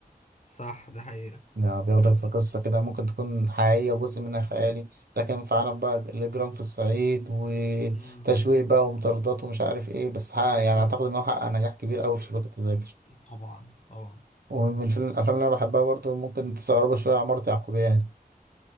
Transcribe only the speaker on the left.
صح ده حقيقة
أمم،
آه
طبعا طبعا